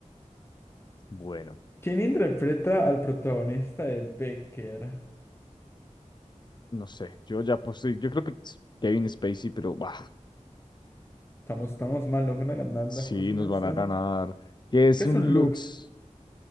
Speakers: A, on the left; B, on the left.
A: Bueno,
B: ¿Quién interpreta al protagonista de Becker?
A: no sé. Yo ya posé, yo creo que es Kevin Spacey, pero bah,
B: Estamos, estamos mal, nos van a ganar
A: sí,
B: las personas.
A: nos van a
B: eh.
A: ganar. ¿Qué es
B: ¿Qué es
A: un
B: un
A: Lux?
B: Lux?